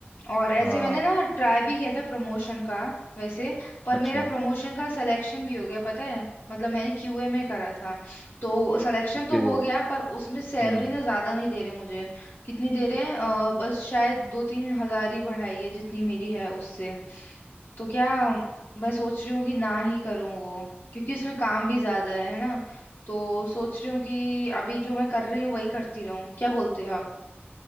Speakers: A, on the left (about 65°); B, in the centre.
A: और ऐसे
B: हाँ
A: मैंने ना ट्राई भी किया था प्रमोशन का वैसे पर
B: अच्छा
A: मेरा प्रमोशन का सिलेक्शन भी हो गया पता है मतलब मैंने क्यूए में करा था तो सिलेक्शन
B: ओके
A: तो हो गया पर उसमें सैलरी
B: हम्म
A: ना ज्यादा नहीं दे रहे मुझे कितनी दे रहे हैं अ, बस शायद दो तीन हजार ही बढ़ाई है जितनी मेरी है उससे तो क्या मैं सोच रही हूँ कि ना ही करूँ वो क्योंकि उसमें काम भी ज्यादा है है ना तो सोच रही हूँ कि अभी जो मैं कर रही हूँ वही करती रहूँ क्या बोलते हो आप